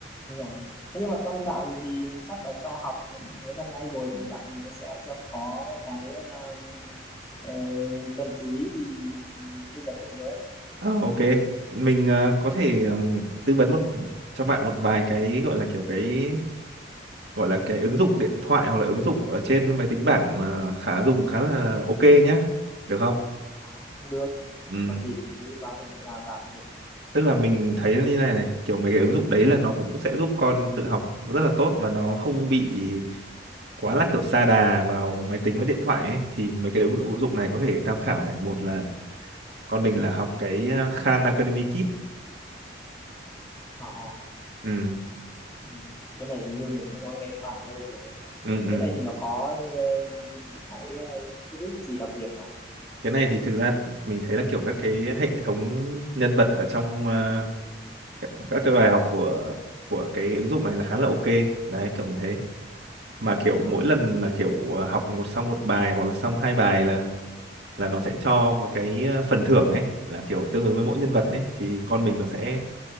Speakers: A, on the left (about 15°); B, on the right (about 65°).
A: đúng rồi thế nhưng mà con bạn thì chắc là cho học cũng mấy năm nay rồi thì bạn xem xem có cái ờ, ờ, cần chú ý gì thì tư vấn mình với
B: Ờ, ok mình ờ, có thể ừm, tư vấn một cho bạn một vài cái gọi là kiểu cái gọi là cái ứng dụng điện thoại hoặc là ứng dụng ở trên máy tính bảng ờ, khá dùng khá là ok nhá được không
A: à, cũng được
B: Ừm,
A: có gì thì cứ báo mình à, bảo mình là
B: tức là mình thấy như
A: ừ.
B: này này kiểu mấy cái ứng dụng đấy là nó cũng sẽ giúp con tự học rất là tốt và nó không bị quá là kiểu sa đà vào máy tính với điện thoại ấy. thì mấy cái ứng ứng dụng này có thể tham khảo này một là con mình là học cái ờ, Khan Academy Kit
A: ờ ờ.
B: ừ
A: ừ. cái này hình như mình cũng có nghe qua ở đâu rồi
B: ừ ừ
A: cái này thì nó có ờ, những cái uh, giúp ích gì đặc biệt mà
B: cái này thì thực ra mình thấy là kiểu các cái hệ thống nhân vật ở trong ờ, các các cái bài học của của cái ứng dụng này là khá là ok đấy kiểu như thế mà kiểu
A: ờ
B: mỗi lần là kiểu ờ, học một xong một bài hoặc là xong hai bài là là nó sẽ cho có cái ờ, phần thưởng ấy là kiểu tương ứng với mỗi nhân vật ấy thì con mình nó sẽ